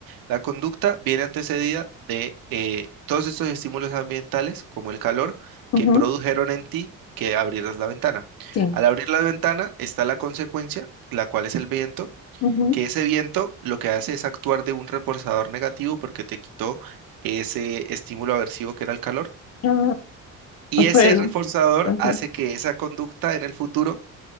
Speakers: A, on the right; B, on the left.
A: La conducta viene antecedida de eh, todos estos estímulos ambientales, como el calor,
B: ujú,
A: que produjeron en ti que abrieras la ventana.
B: Sí.
A: Al abrir la ventana está la consecuencia, la cual es el viento
B: ujú,
A: que ese viento lo que hace es actuar de un reforzador negativo porque te quitó ese estímulo aversivo que era el calor.
B: ah,
A: Y ese
B: pero,
A: reforzador
B: okay,
A: hace que esa conducta en el futuro